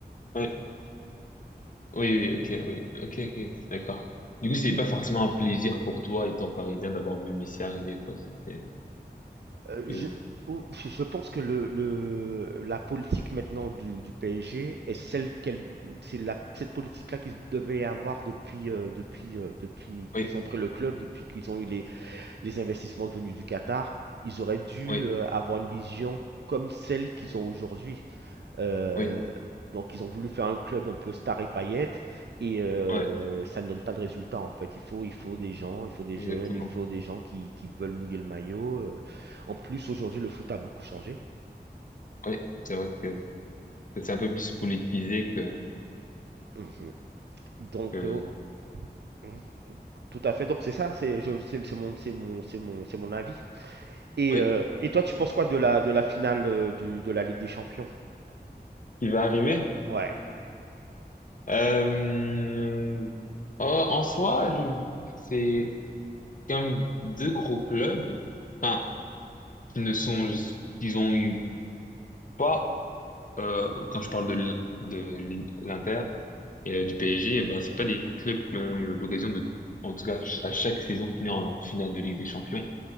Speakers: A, on the left; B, on the right.
A: oui, oui, oui, ok, oui, ok, ok, d'accord. Du coup, c'était pas forcément un plaisir pour toi, étant parisien, d'avoir vu Messi arriver, quoi. C'était,
B: Euh, je,
A: euh,
B: ou- je pense que le, le- la politique maintenant du, du PSG est celle qu'elle, c'est la, cette politique-là qu'ils devaient avoir depuis, euh, depuis, euh, depuis
A: oui,
B: qu'ils ont pris le club, depuis qu'ils ont eu les, les investissements venus du Qatar. Ils auraient dû
A: oui,
B: euh, avoir une vision comme celle qu'ils ont aujourd'hui. Euh,
A: oui, oui.
B: donc ils ont voulu faire un club un peu star et paillettes et euh,
A: ouais,
B: ça ne donne pas de résultat en fait. Il faut, il faut des gens, il faut des
A: Exactement.
B: jeunes, il faut des gens qui, qui veulent mouiller le maillot. euh. En plus aujourd'hui le foot a beaucoup changé.
A: Oui, c'est vrai que c'est un peu plus politisé que,
B: Mhm. Donc
A: que...
B: euh, mhm, tout à fait. Donc c'est ça, c'est je- c'est c'est mon c'est mon c'est mon c'est mon avis. Et,
A: Oui,
B: euh, et toi tu penses quoi de la de la finale euh, du- de la Ligue des Champions?
A: qui va arriver.
B: Ouais.
A: Euh... en en soi, je... c'est comme deux gros clubs, enfin, qui ne sont, qu'ils ont eu pas, euh, quand je parle de l- de l'I- l'Inter et euh, du PSG, eh ben, c'est pas des clubs qui ont eu l'occasion de, en tout cas, ch- à chaque saison finir en finale de Ligue des Champions.